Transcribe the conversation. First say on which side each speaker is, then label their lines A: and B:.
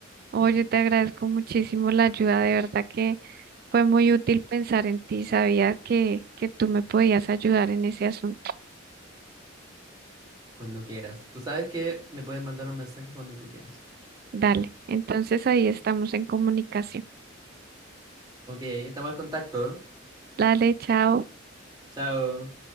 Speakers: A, on the right; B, on the right.
A: Oye, te agradezco muchísimo la ayuda, de verdad que fue muy útil pensar en ti. Sabía que, que tú me podías ayudar en ese asunto.
B: Cuando quieras. Tú sabes que me puedes mandar un mensaje cuando tú quieras.
A: Dale, entonces ahí estamos en comunicación.
B: Ok, estamos al contacto.
A: Dale, chao.
B: Chao.